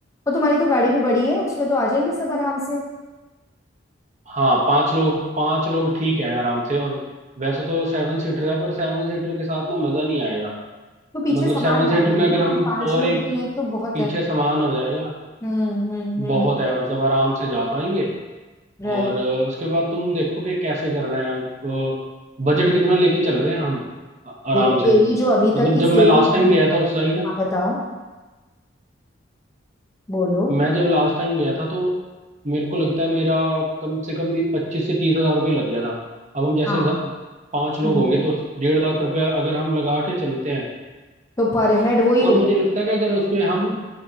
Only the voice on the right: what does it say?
हाँ पांच लोग पांच लोग ठीक है आराम से और वैसे तो सेवन सीटर है पर सेवन सीटर के साथ ना मजा नहीं आएगा
मतलब
सेवन
सीटर
में अगर
हम
और
एक
पीछे
सामान हो जाएगा
बहुत है मतलब आराम से जा पाएंगे
और अ, उसके बाद तुम देखो कि कैसे करना है बजट कितना लेके चल रहे हैं हम आ- आराम
से
मतलब
जब
मैं लास्ट टाइम
गया था उस साइड
मैं जब लास्ट टाइम गया था तो मेरे को लगता है मेरा कम से कम भी पच्चीस से तीस हजार रुपये लग गया था अब हम जैसे
जा, पांच लोग
होंगे तो डेढ़ लाख रुपया अगर हम लगा के चलते हैं
और मुझे
लगता है कि अगर उसमें हम